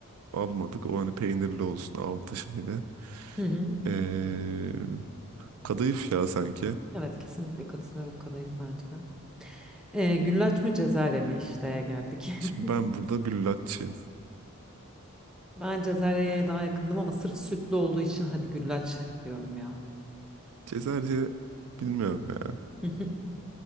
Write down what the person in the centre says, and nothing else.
Hı hı.
Evet kesinlikle katılıyorum kadayıf bence de. Ee, güllaç mı cezerye mi işte geldik.
<laughs>
Ben cezeryeye daha yakındım ama sırf sütlü olduğu için hadi güllaç diyorum ya.
<laughs>